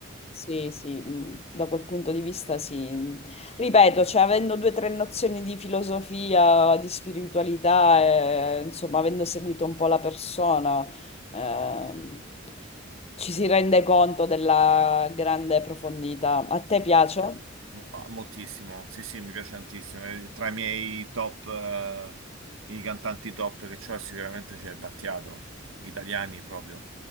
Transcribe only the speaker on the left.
Sì, sì, mh, da quel punto di vista sì. Ripeto, cioè, avendo due o tre nozioni di filosofia, di spiritualità, eh, insomma, avendo seguito un po' la persona, ehm, ci si rende conto della grande profondità. A te piace?